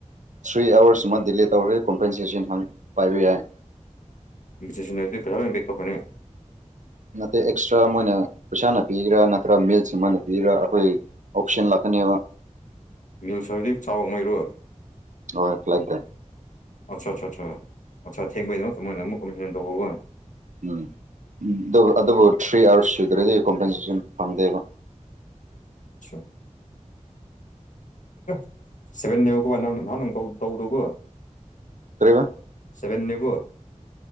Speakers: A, on the right; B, on the left.
A: ꯊ꯭ꯔꯤ ꯑꯥꯋꯔꯁ ꯑꯃ ꯗꯤꯂꯦ ꯇꯧꯔꯦ ꯀꯣꯝꯄꯦꯟꯁꯦꯁꯟ ꯍꯞ ꯄꯥꯏꯕ ꯌꯥꯏ
B: <unintelligible> ꯇꯣꯛꯀꯅꯤ
A: ꯅꯠꯇꯦ ꯑꯦꯛꯁꯇ꯭ꯔꯥ ꯃꯣꯏꯅ ꯄꯩꯁꯥꯅ ꯄꯤꯒꯔꯥ ꯅꯠꯇ꯭ꯔꯒ ꯃꯤꯜꯁ ꯑꯣꯏꯅ ꯄꯤꯒꯔꯥ ꯑꯩꯈꯣꯏ ꯑꯣꯞꯁꯟ ꯂꯥꯛꯀꯅꯦꯕ
B: ꯅꯤꯜꯁꯔꯗꯤꯞ ꯆꯥꯎ ꯃꯩꯔꯣ
A: ꯑꯣ ꯂꯗ‌ꯦ
B: ꯑꯆꯥ ꯑꯆꯥ ꯑꯆꯥ ꯑ <inaudible>
A: ꯎꯝ ꯑꯗꯨꯕꯨ ꯊ꯭ꯔꯤ ꯑꯥꯋꯥꯔꯁ ꯁꯨꯗ꯭ꯔꯗꯤ ꯀꯣꯝꯄꯦꯟꯁꯦꯁꯟ ꯐꯪꯗꯦꯕ <inaudible>
B: ꯁ‌ꯣ <unintelligible> ꯁꯤꯚꯦꯟ ꯅꯒ ꯅꯍꯟ ꯇꯧꯗꯒꯀ‌ꯣ
A: ꯀꯔꯤꯕ
B: ꯁꯚꯦꯟꯅꯦꯀ‌ꯣ